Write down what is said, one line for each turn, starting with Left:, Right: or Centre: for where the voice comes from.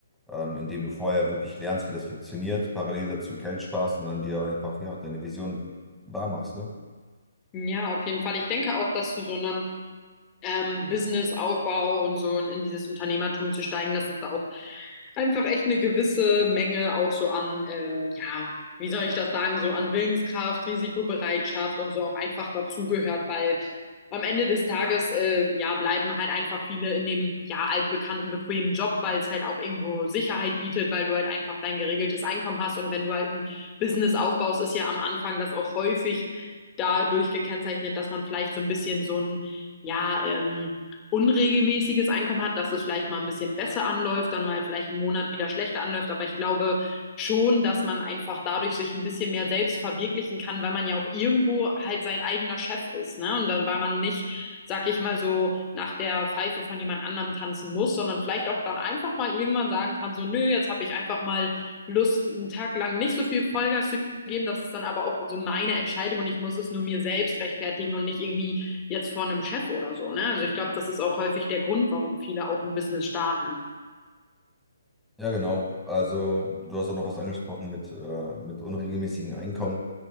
Centre: ähm, indem du vorher wirklich lernst, wie das funktioniert, parallel dazu Geld sparst und dann dir einfach ja, deine Vision wahr machst, ne?
Left: Ja, auf jeden Fall. Ich denke auch, dass zu so einem ähm, Businessaufbau und so und in dieses Unternehmertum zu steigen, dass es da auch einfach echt eine gewisse Menge auch so an, äh, ja, wie soll ich das sagen, so an Willenskraft, Risikobereitschaft und so auch einfach dazugehört, weil am Ende des Tages, äh, ja, bleiben halt einfach viele in dem, ja, altbekannten, bequemen Job, weil es halt auch irgendwo Sicherheit bietet, weil du halt einfach dein geregeltes Einkommen hast und wenn du halt ein Business aufbaust, ist ja am Anfang das auch häufig dadurch gekennzeichnet, dass man vielleicht so ein bisschen so ein ja, ähm, unregelmäßiges Einkommen hat, dass es vielleicht mal ein bisschen besser anläuft, dann mal vielleicht einen Monat wieder schlechter anläuft. Aber ich glaube schon, dass man einfach dadurch sich ein bisschen mehr selbst verwirklichen kann, weil man ja auch irgendwo halt sein eigener Chef ist, ne? Und dann, weil man nicht, sag ich mal so, nach der Pfeife von jemand anderem tanzen muss, sondern vielleicht auch dann einfach mal irgendwann sagen kann, so, nö, jetzt habe ich einfach mal Lust, einen Tag lang nicht so viel Vollgas zu geben. Das ist dann aber auch so meine Entscheidung und ich muss es nur mir selbst rechtfertigen und nicht irgendwie jetzt vor einem Chef oder so, ne? Also ich glaube, das ist auch häufig der Grund, warum viele auch ein Business starten.
Centre: Ja, genau. Also, du hast auch noch was angesprochen mit, äh, mit unregelmäßigen Einkommen.